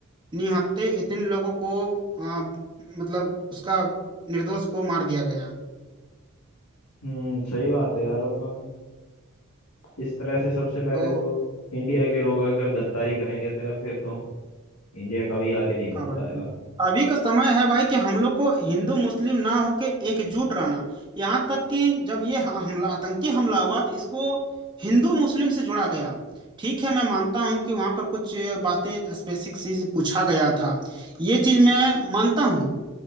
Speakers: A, on the right (about 20°); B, on the left (about 85°).
A: निहत्थे इतने लोगों को आ, मतलब उसका निर्दोष को मार दिया गया
B: हम्म सही बात है यार मतलब इस तरह से सबसे पहले
A: तो
B: तो इंडिया के लोग अगर गद्दारी करेंगे तो यार फिर तो इंडिया कभी आगे नहीं बढ़
A: हाँ भाई
B: पाएगा
A: तो अभी का समय है भाई कि हम लोग को हिंदू मुस्लिम ना होके एकजुट रहना यहाँ तक कि जब ये ह- हमला आतंकी हमला हुआ तो इसको हिंदू मुस्लिम से जोड़ा गया ठीक है मैं मानता हूँ कि वहाँ पर कुछ बातें स्पेसिफिक चीज पूछा गया था ये चीज मैं मानता हूँ